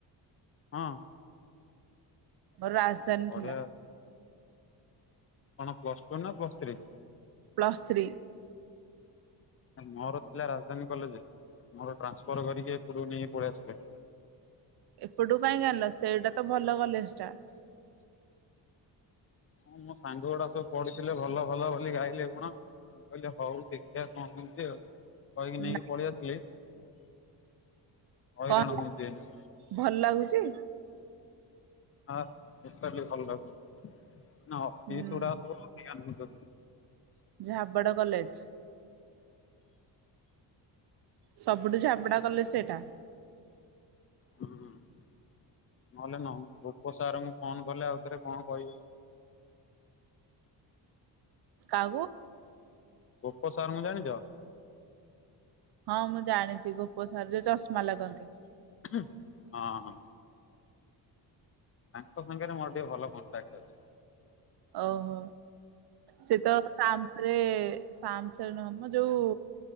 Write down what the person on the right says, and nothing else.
ମୋର ରାଜଧାନୀ
ଥିଲା।
Plus three.
ଏପଟୁକୁ କାଇଁକି ଆଣିଲ ସେଇଟା ତ ଭଲ କଲେଜ ଟା।
ନା
କଣ ହେଲା?
ଭଲ ଲାଗୁଚି।
ହୁଁ
ଝାବଡ କଲେଜ। ସବୁଠୁ ଝାବେଡା କଲେଜ ସେଟା।
କାକୁ।
ହଁ ମୁଁ ଜାଣିଚି ଗୋପ ସାର ଯୋଉ ଚଷମା ଲଗନ୍ତି।
ଓହୋ। ସେ ତ ତାମସରେ ସାମସ ନୁହଁ ମ ଯୋଉ